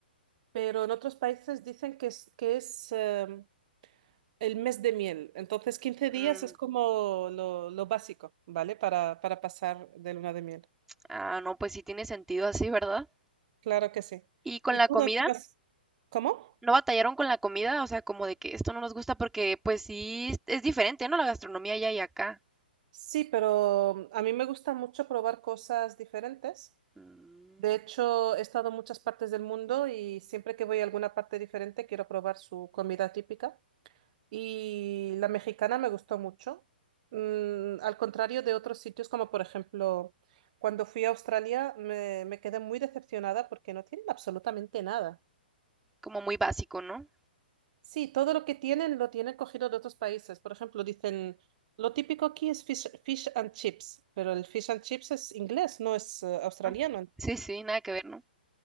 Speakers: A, on the right; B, in the centre.
A: pero en otros países dicen que es, que es eh, el mes de miel. Entonces, quince
B: Mm,
A: días es como lo, lo básico, ¿vale? Para, para pasar de luna de miel.
B: ah, no, pues sí tiene sentido así, ¿verdad?
A: Claro que sí.
B: ¿Y con
A: ¿Y
B: la
A: tú
B: comida?
A: dónde vas? ¿Cómo?
B: ¿No batallaron con la comida? O sea, como de que esto no nos gusta porque pues sí, es es diferente, ¿no? La gastronomía allá y acá.
A: Sí, pero em, a mí me gusta mucho probar cosas diferentes.
B: Mm,
A: De hecho, he estado en muchas partes del mundo y siempre que voy a alguna parte diferente quiero probar su comida típica. Y la mexicana me gustó mucho. Mm, al contrario de otros sitios, como por ejemplo, cuando fui a Australia, me, me quedé muy decepcionada porque no tienen absolutamente nada.
B: como muy básico, ¿no?
A: Sí, todo lo que tienen lo tienen cogido de otros países. Por ejemplo, dicen, lo típico aquí es fish, fish and chips, pero el fish and chips es inglés, no es eh, australiano.
B: Mm, Sí, sí, nada que ver, ¿no?